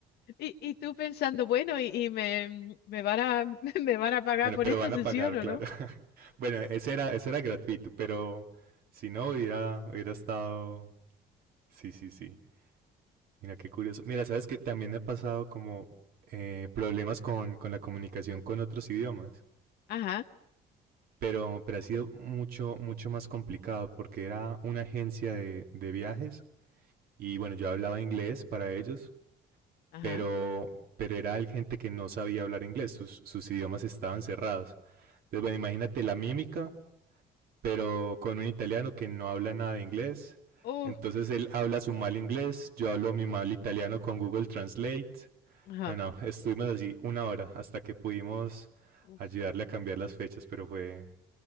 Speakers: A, on the left; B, on the right.
A: Y, y tú pensando, bueno, y, y me, me van a, <laughs> me van a pagar
B: Bueno,
A: por
B: pero
A: esta
B: van
A: sesión,
B: a pagar,
A: ¿o
B: claro.
A: no?
B: <laughs> Bueno, ese era, ese era gratuito, pero si no hubiera, hubiera estado. Sí, sí, sí. Mira, qué curioso. Mira, sabes que también me ha pasado como eh, problemas con, con la comunicación con otros idiomas.
A: Ajá,
B: Pero, pero ha sido mucho, mucho más complicado porque era una agencia de, de viajes y bueno, yo hablaba inglés para ellos,
A: ajá.
B: pero, pero era el gente que no sabía hablar inglés, sus, sus idiomas estaban cerrados. Entonces, bueno, imagínate la mímica, pero con un italiano que no habla nada de inglés.
A: Oh,
B: Entonces él habla su mal inglés, yo hablo mi mal italiano con Google Translate.
A: ajá.
B: No, no, estuvimos así una hora hasta que pudimos
A: Uf.
B: ayudarle a cambiar las fechas, pero fue,